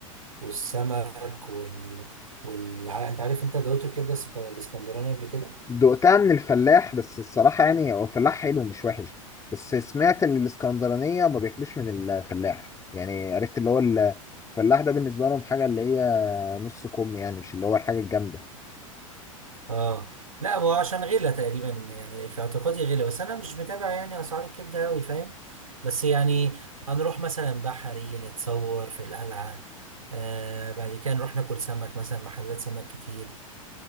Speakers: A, on the right; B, on the left.
A: والسمك وال وال ع- انت عارف انت دوت الكبدة السك- الاسكندراني قبل كده؟
B: دقتها من الفلاح بس الصراحة يعني هو فلاح حلو مش وحش بس سمعت ان الاسكندرانية ما بياكلوش من الفلاح يعني عرفت اللي هو ال- الفلاح ده بالنسبة لهم حاجة اللي هي نص كم يعني مش اللي هو الحاجة الجامدة
A: اه لا هو عشان غلا تقريبا يعني في اعتقادي غلا بس انا مش متابع يعني اسعار الكبده قوي فاهم بس يعني هنروح مثلا بحري نتصور في القلعه آه بعد كده نروح ناكل سمك مثلا محلات سمك كتير